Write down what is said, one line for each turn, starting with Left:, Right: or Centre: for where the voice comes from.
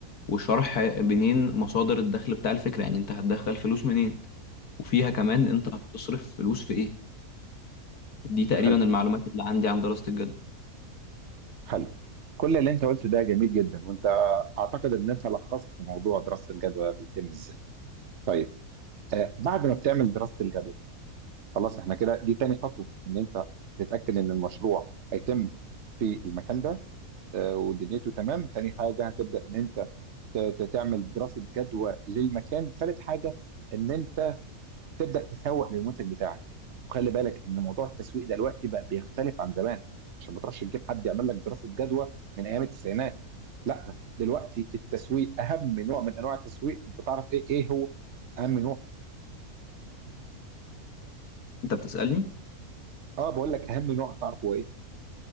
Left: وشرح منين مصادر الدخل بتاع الفكرة يعني انت هتدخل فلوس منين وفيها كمان انت هتصرف فلوس في ايه دي تقريبا
Right: حلو
Left: المعلومات اللي عندي عن دراسة الجدوى
Right: حلو كل اللي انت قلته ده جميل جدا وانت اعتقد ان انت لخصت موضوع دراسة الجدوى بيتم ازاي طيب آه بعد ما بتعمل دراسة الجدوى خلاص احنا كده دي تاني خطوة ان انت تتأكد ان المشروع هيتم في المكان ده آه ودنيته تمام تاني حاجة هتبدأ ان انت ت- ت- تعمل دراسة جدوى للمكان تالت حاجة ان انت تبدا تسوق للمنتج بتاعك وخلي بالك ان موضوع التسويق دلوقتي بقى بيختلف عن زمان عشان ما تروحش تجيب حد يعمل لك دراسه جدوى من ايام التسعينات لا دلوقتي التسويق اهم نوع من انواع التسويق انت تعرف ايه ايه هو اهم نوع
Left: انت بتسألني
Right: اه بقول لك اهم نوع تعرفه ايه